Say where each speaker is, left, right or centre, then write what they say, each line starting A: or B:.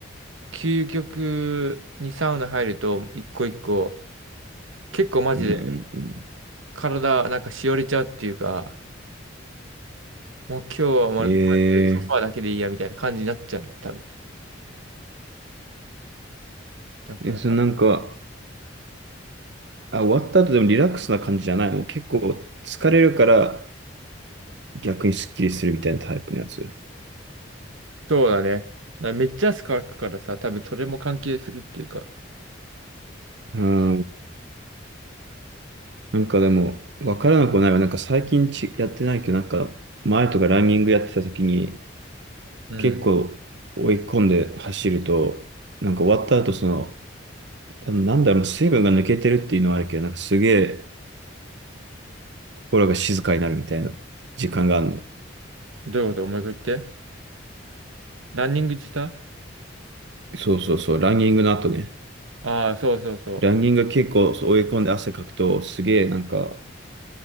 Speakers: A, on the right; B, on the right.
A: 究極にサウナ入ると、一個一個、結構マジで
B: うんうんうん。
A: 体なんかしおれちゃうっていうか、もう今日はまマジでソファーだけでいいやみたいな感じになっちゃうんだよ、
B: え
A: 多分。だから、
B: ー、え、そのなんか、あ、終わった後でもリラックスな感じじゃないの結構疲れるから逆にスッキリするみたいなタイプのやつ。
A: そうだね。だからめっちゃ汗かくからさ、多分それも関係するっていうか。
B: うん。なんかでも、わからなくはないわ。なんか最近ちやってないけど、なんか前とかランニングやってた時に
A: うん。
B: 結構追い込んで走ると、なんか終わった後その、あのなんだろう、水分が抜けてるっていうのはあるけど、なんかすげえ心が静かになるみたいな時間があるの。
A: どういうこと思い一か言って。ランニングしてた
B: そうそうそう、ランニングの後ね。
A: ああー、そうそうそう。
B: ランニング結構そう追い込んで汗かくと、すげえなんか